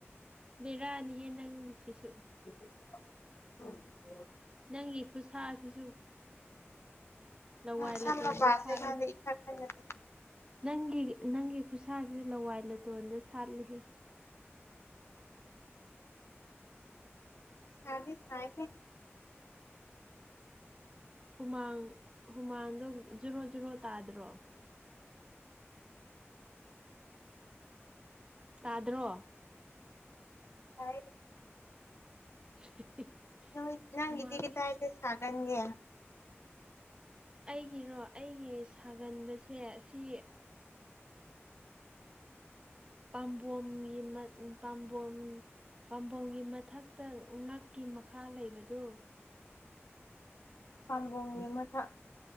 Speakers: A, on the right; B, on the left.
A: ꯕꯦꯔꯥꯅꯤꯍꯦ ꯅꯪꯁꯤꯁꯨ
B: <unintelligible>
A: ꯅꯪꯒꯤ ꯈꯨꯠꯁꯥꯁꯤꯁꯨ ꯂꯋꯥꯏꯂꯇꯣꯟꯗ
B: ꯑꯁꯝ ꯃꯄꯥꯁꯦ
A: ꯁꯥꯠꯂꯤ
B: ꯈꯪꯗꯦ ꯏꯊꯛ ꯊꯛꯅꯗꯦ
A: ꯅꯪꯒꯤ ꯅꯪꯒꯤ ꯈꯨꯠꯁꯥꯁꯤ ꯂꯋꯥꯏ ꯂꯨꯇꯣꯟꯗ ꯁꯥꯠꯂꯤꯍꯦ
B: ꯁꯥꯗꯤ ꯁꯥꯏꯍꯦ
A: ꯍꯨꯃꯥꯡ ꯍꯨꯃꯥꯡꯗꯣ ꯖꯔꯣ ꯖꯔꯣ ꯇꯥꯗ꯭ꯔꯣ <inaudible> ꯇꯥꯗ꯭ꯔꯣ
B: ꯍꯥꯏ
A: <unintelligible>
B: ꯅ ꯅꯪꯒꯤꯗꯤꯒꯤꯗꯥ
A: ꯍꯨꯃꯥꯡ
B: ꯍꯥꯏꯁꯦ ꯁꯥꯒꯟꯒꯦ
A: ꯑꯩꯒꯤꯔꯣ ꯑꯩꯒꯤ ꯁꯥꯒꯟꯕꯁꯦ ꯁꯤ ꯄꯥꯝꯕꯣꯝꯒꯤ ꯄꯥꯝꯕꯣꯝ ꯄꯥꯝꯕꯣꯝꯒꯤ ꯃꯊꯛꯇ ꯉꯛꯀꯤ ꯃꯈꯥ ꯂꯩꯕꯗꯨ
B: ꯍꯃ ꯊ